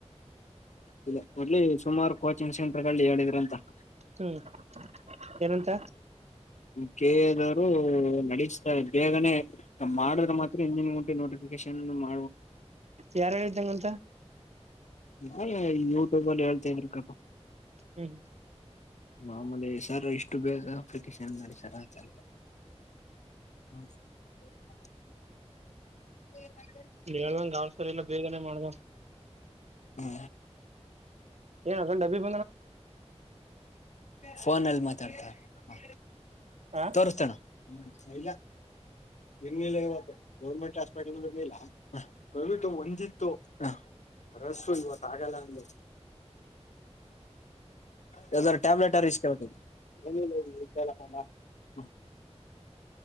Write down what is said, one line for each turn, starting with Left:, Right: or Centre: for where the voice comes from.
Left: ಹೂ ಇಲ್ಲಿ ಸುಮಾರ ಕೋತಿ ಚ ಸೆಂಟ್ರ ಕಳ್ಳಿ ಹೇಳಿದ್ರ ಅಂತ <unintelligible>
Right: ಹ್ಮ್ ಏನಂತ
Left: ನೀನು ಕೇಳೋದು ಬೇರೆ ನಡೀತಾ ಬೇಗನೆ ಮಾಡಿದ್ರೆ ಮಾತ್ರ ಇಿನನ್ಂಟಿ ನೋಟಿಫಿಕೇಶನ್ <inaudible>
Right: ಯಾರ ಹೇಳಿದ್ದು ಹಾಗೇ ಅಂತ
Left: ಅ ಯೂಟ್ಯೂಬ್ ನಲ್ಲಿ ಹೇಳ್ತಾ ಇದ್ರು ಕಣಪ್ಪ
Right: ಹ್ಮ್್ಮ
Left: ಮಾಮೂಲೆ ಸರ್ ಇಷ್ಟು ಬೇಗ ಪಿಟಿಶನ್ ಮಾಡಿಸಿ ಕಡ <inaudible> <inaudible> <unintelligible> ಎನ್ ಹೇಳು
Right: ನೀ ಹೇಳಿದಂಗ್ ಅ ಸರಿಲ್ಲ ಬೇಗನೆ ಮಾಡ್ಬೇಕ್
Left: ಹು
Right: ಎನ್ ಬಂದ ಬೀಮ್
Left: ಫೋನ್ ಅಲ್ ಮಾತ್ ತಾ ತಾ ಮ
Right: ಹ
Left: ತೋರಿಸ್ತನಾ ಹ್ಮ್ ಇಲ್ಲ ಇರ್ಲಿಲ್ಲ ಇವತ್ತು ಗೌರ್ಮೆಂಟ್ ಹಾಸ್ಪಿಟಲ್ರ್ಲಿಲ್ಲ ಕೋವಿಟ್ ಒಂದಿತ್ತು ಅದಕ್ಕೆ ಇವತ್ತು ಆಗಲ್ಲ ಅಂದರು ಯಾವುದಾರ್ ಟ್ಯಾಬ್ಲೆಟ್ ಇಸ್ಕೊಬೇಕಿತ್ತು <unintelligible>